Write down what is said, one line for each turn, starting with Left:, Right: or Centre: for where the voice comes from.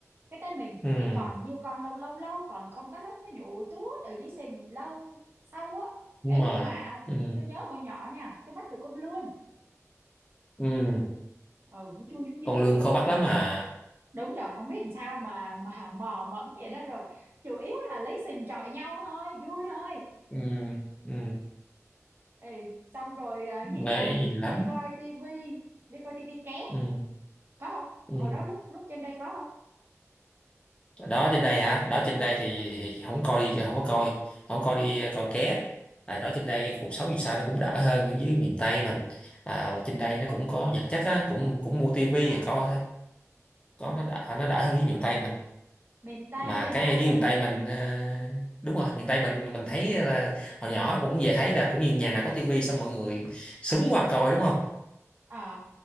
Right: cái tới mình
Left: Ừ.
Right: thì còn nhiều con đâu lâu lâu còn con cá lóc nó nhụ tuốt ở dưới sình lâu sau á
Left: đúng
Right: Ê,
Left: rồi
Right: nhưng mà
Left: ừ.
Right: tôi nhớ hồi nhỏ nha tôi bắt được con lươn
Left: Ừ.
Right: ừ nó chui xuống dưới
Left: con lươn khó bắt lắm à
Right: đúng rồi không biết làm sao mà mà mò mẫm vậy đó rồi chủ yếu là lấy sình chọi nhau thôi vui thôi
Left: ừ. Ừ.
Right: Ê, xong rồi à, gì
Left: mê
Right: ta
Left: lắm
Right: đi coi tivi đi coi tivi ké
Left: ừ.
Right: có không
Left: Ừ.
Right: hồi đó lúc lúc trên đây có không
Left: đó trên đây hả đó trên đây thì, thì không coi đi không có coi không coi đi coi ké tại đó trên đây cái cuộc sống dù sao nó cũng đỡ hơn ở dưới miền Tây mình à, và trên đây nó cũng có vật chất á cũng cũng mua tivi
Right: à
Left: rồi coi thôi có nó đỡ nó đỡ hơn dưới miền
Right: có.
Left: Tây mình
Right: miền Tây
Left: mà
Right: hả
Left: cái ở dưới
Right: giống
Left: miền Tây mình ờ, đúng rồi miền Tây mình mình thấy là hồi nhỏ cũng về thấy là cũng như nhà nào có tivi xong mọi người súng qua coi đúng không
Right: à,